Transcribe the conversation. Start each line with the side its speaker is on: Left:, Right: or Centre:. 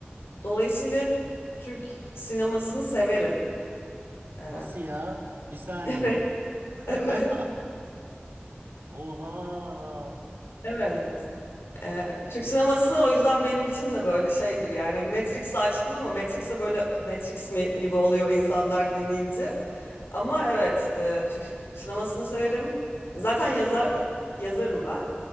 Left: Dolayısıyla Türk sinemasını severim. Ee,
Right: Nasıl ya? Bir saniye.
Left: <laughs> evet,
Right: <laughs> Oha.
Left: evet. Ee, Türk sineması o yüzden benim için de böyle şeydir yani. Hani Matrix'i açtım ama Matrix de böyle "Öf, Matrix mi gibi oluyor insanlar dinleyince. Ama evet, e, Türk sinemasını severim. Zaten yazar yazarım ben.